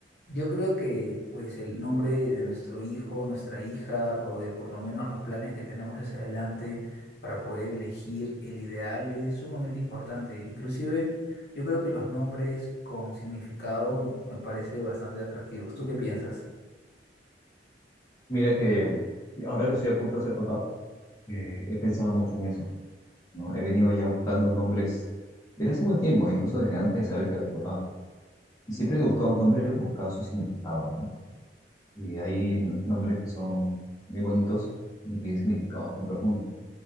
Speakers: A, on the left; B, on the left.
A: Yo creo que pues el nombre de nuestro hijo, nuestra hija, o de por lo menos los planes que tenemos hacia adelante para poder elegir el ideal es sumamente importante. Inclusive yo creo que los nombres con significado me parece bastante atractivos. ¿Tú qué piensas?
B: Mira que ahora que estoy a punto de ser papá, eh, he pensado mucho en eso, ¿no? He venido ya buscando nombres desde hace buen tiempo, incluso desde antes de saber que iba a ser papá. Y siempre que buscaba un nombre, buscaba su significado, ¿no? Y hay n- nombres que son muy bonitos y tienen significados muy profundos,